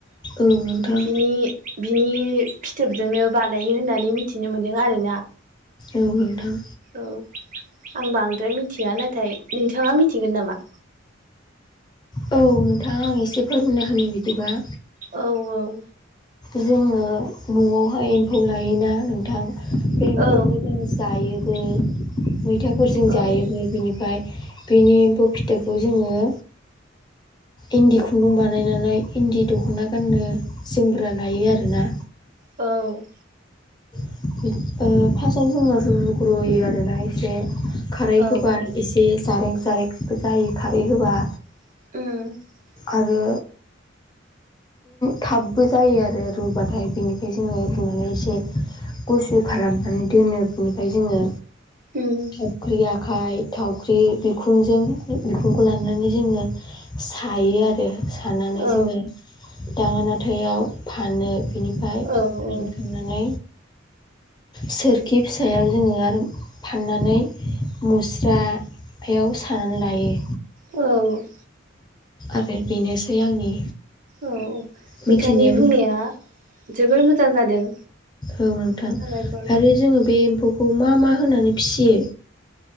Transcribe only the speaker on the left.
औ नोंथां
औ नोंथां
औ नोंथांआं एसे फोरमायना होयो बिदिबा
जोङो न'आवहाय एम्फौ लायोना नोंथां। बे एम्फौफोर
जों जायोबो मैथाफोरजों
जायोबो बिनिफ्राय बेनि एम्फौ फिथोबखौ जोङो इन्दि खुन्दुं बानायनानै इन्दि दख'ना गाननो जोमग्रा लायो आरोना
फार्स्टआव जोङो रुजुग्रुयो आरोना एसे खारै
होबा
एसे जारेंख जारेंखबो जायो खारै होबा
आरो थाबबो जायो आरो रुबाथाय बेनिफ्राय जोङो रुनानै एसे गुसु खालामनानै दोनो बिनिफ्राय जोङो
थावख्रिया आखाय थावख्रि बिखुंजों बिखुंखौ लानानै जोङो सायो आरो सानानै
जोङो दाङा नाथायाव फानो बिनिफ्राय
फानखांनानै
सोरखि फिसायाव जोङो आरो फाननानै मुस्रायाव सानानै लायो
आरो बेनोसै आंनि
मिथिनायाव
औ नोंथां
आरो जोङो बे एम्फौखौ मा मा होनानै फिसियो